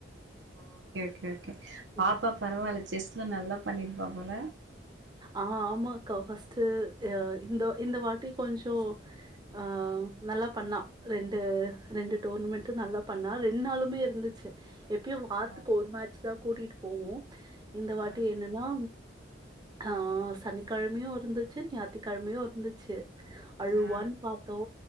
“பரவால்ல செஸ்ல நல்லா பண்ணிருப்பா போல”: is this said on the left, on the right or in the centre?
Right